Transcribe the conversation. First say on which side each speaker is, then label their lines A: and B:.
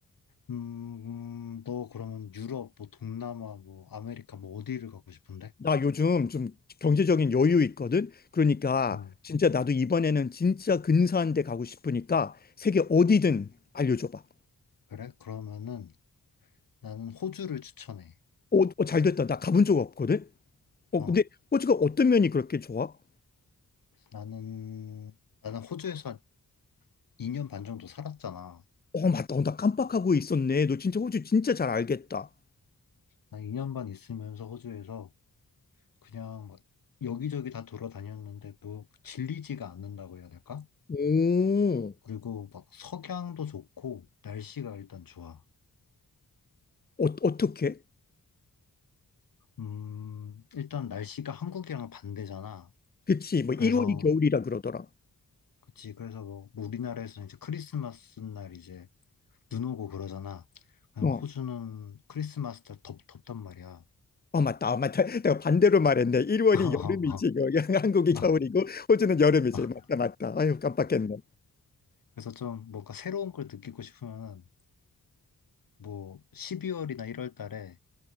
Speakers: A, on the left; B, on the left.
A: 음, 음, 너 그러면 유럽, 뭐, 동남아, 뭐, 아메리카, 뭐, 어디를 가고 싶은데?
B: 나 요즘 좀 경제적인 여유 있거든. 그러니까,
A: 음,
B: 진짜 나도 이번에는 진짜 근사한 데 가고 싶으니까, 세계 어디든
A: 음.
B: 알려줘봐.
A: 그래? 그러면은 나는 호주를 추천해.
B: 어, 어, 잘 됐다. 나 가본 적 없거든? 어,
A: 어,
B: 근데 호주가 어떤 면이 그렇게 좋아?
A: 나는, 나는 호주에서 한 2년 반 정도 살았잖아.
B: 어, 맞다. 어, 나 깜빡하고 있었네. 너 진짜 호주 진짜 잘 알겠다.
A: 난 2년 반 있으면서 호주에서 그냥 막 여기저기 다 돌아다녔는데 도 질리지가 않는다고 해야 될까?
B: 오,
A: 그리고 막 석양도 좋고, 날씨가 일단 좋아.
B: 어, 어떻게?
A: 음, 일단 날씨가 한국이랑 반대잖아.
B: 그치. 뭐, 1월이
A: 그래서,
B: 겨울이라 그러더라.
A: 그치. 그래서 뭐, 뭐 우리나라에서는 이제 크리스마스 날 이제 눈 오고 그러잖아. 그럼
B: 어.
A: 호주는 크리스마스 날 덥, 덥단 말이야.
B: 어, 맞다. 어, 맞다. <laughs> 내가 반대로 말했네. 1월이
A: <laughs> 어,
B: 여름이지.
A: 어,
B: 그 <laughs> 한국이 겨울이고,
A: 어,
B: 호주는 여름이지.
A: 어.
B: 맞다, 맞다. 아유, 깜빡했네.
A: 그래서 좀 뭔가 새로운 걸 느끼고 싶으면은 뭐 12월이나 1월 달에